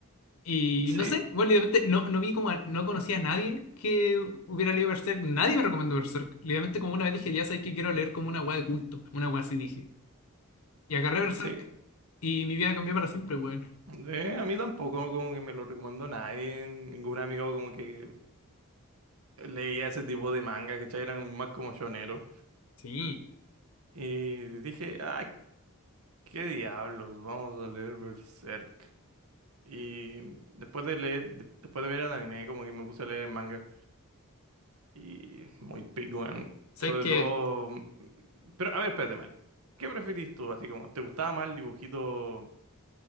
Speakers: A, on the left (about 75°); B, on the right (about 75°).
A: Y
B: Sí,
A: no sé, bueno, literalmente no, no vi como, a- no conocía a nadie que hubiera leído Berserk. Nadie me recomendó Berserk. Literalmente como una vez dije, ya sabes que quiero leer como una weá de culto. Una weá así dije. Y agarré Berserk
B: sí.
A: y mi vida cambió para siempre, weón.
B: Eh, a mí tampoco como que me lo recomendó nadie, ningún amigo como que leía ese tipo de manga, ¿cachai? Eran más como shoneros.
A: Sí,
B: Y dije, ah, qué diablos, vamos a leer Berserk. Y después de leer, de- después de ver el anime, como que me puse a leer el manga. Y muy pico, weón.
A: sabes
B: Sobre
A: que...
B: todo. mm, Pero, a ver, espérate, Mari. ¿Qué preferís tú? Así como, ¿te gustaba más el dibujito,